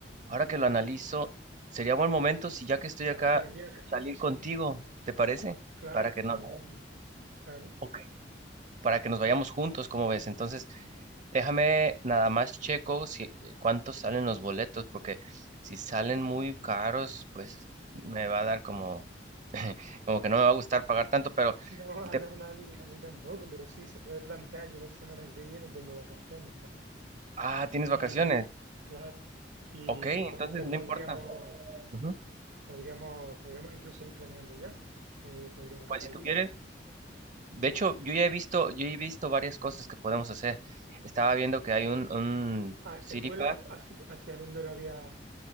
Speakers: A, on the right; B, on the right.
A: ahora que lo analizo, sería buen momento si ya que estoy
B: Para
A: acá,
B: hacer el viaje.
A: salir
B: Sí,
A: contigo, ¿te parece?
B: claro,
A: Para que no,
B: a mí, claro.
A: ok, para que nos vayamos juntos, ¿cómo ves? Entonces, déjame nada más checo si eh, cuántos salen los boletos, porque si salen muy caros, pues me va a dar
B: ya.
A: como, <laughs> como que no me va a gustar pagar tanto, pero
B: No, a
A: te-
B: mí a nadie, a mí tampoco, pero sí, se puede plantear. Yo la semana que viene tengo vacaciones también.
A: ah, tienes
B: Y,
A: vacaciones.
B: claro, y
A: Ok, entonces
B: entonces
A: no
B: podríamos,
A: importa. Ujú.
B: podríamos, podríamos incluso ir planeando ya. eh, podríamos
A: Pues
B: hacer
A: si
B: allí.
A: tú quieres. De hecho, yo ya he visto, yo he visto varias cosas que podemos hacer. Estaba viendo que hay un, un
B: Ah,
A: City
B: el vuelo,
A: Pack
B: ¿hacia, hacia dónde lo había?